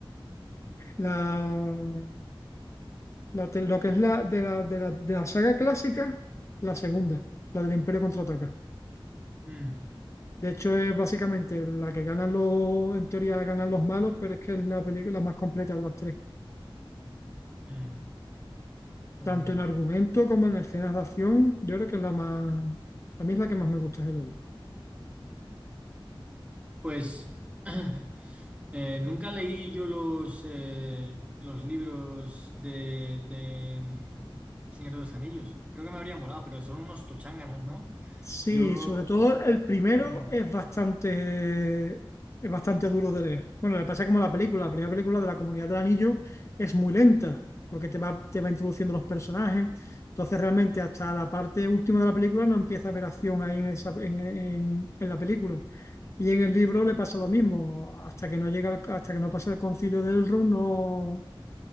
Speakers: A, on the left (about 30°); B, on the right (about 15°).
A: la, la de- lo que es la de la, de la de la saga clásica, la segunda, la del Imperio Contraataca.
B: mm,
A: De hecho, es básicamente la que ganan los, en teoría ganan los malos, pero es que es la película más completa de las tres.
B: mm, qué
A: Tanto
B: bueno.
A: en argumento como en escenas de acción, yo creo que es la más, a mí es la que más me gusta, desde luego.
B: Pues <clears throat> eh, nunca leí yo los, eh, los libros de, de mm, Señor de los Anillos. Creo que me habría molado, pero son unos tochanganos, ¿no?
A: Sí,
B: Yo...
A: sobre todo el primero
B: Mm,
A: es bastante, es bastante duro de leer. Bueno, le pasa como a la película, la primera película de la Comunidad del Anillo es muy lenta, porque te va, te va introduciendo los personajes. Entonces, realmente, hasta la parte última de la película no empieza a haber acción ahí en, esa, en, en- en la película. Y en el libro le pasa lo mismo, hasta que no llega, el- hasta que no pasa el concilio de Elrond, no,